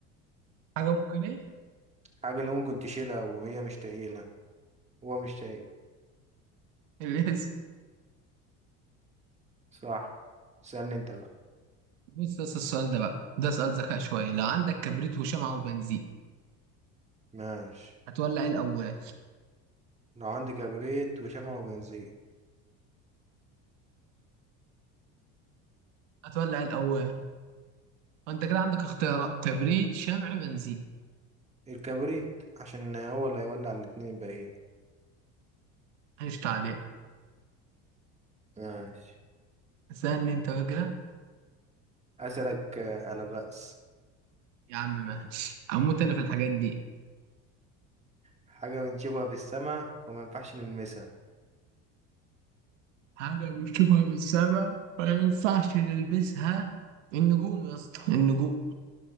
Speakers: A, on the right (about 85°); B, on the right (about 20°).
A: حاجة ممكن إيه
B: الحاجة اللي ممكن تشيلها وهي مش تقيلة هو مش تقيل
A: الاسم
B: صح اسألني أنت بقى
A: بص بس السؤال ده بقى ده سؤال ذكاء شوية لو عندك كبريت وشمعة وبنزين
B: ماشي
A: هتولع إيه الأول
B: لو عندي كبريت وشمع وبنزين
A: هتولع إيه الأول وأنت كده عندك اختيارات كبريت شمع بنزين
B: الكبريت عشان هو اللي هيولع الاتنين الباقيين
A: مش تعليق
B: ماشي
A: سألني أنت بقى كده.
B: أسألك آه، ألغاز
A: يا عم ماشي هموت انا في الحاجات دي
B: حاجة بنشوفها في السماء وما ينفعش نلمسها
A: حاجة بنشوفها من السما ما ينفعش نلبسها النجوم يا اسطى النجوم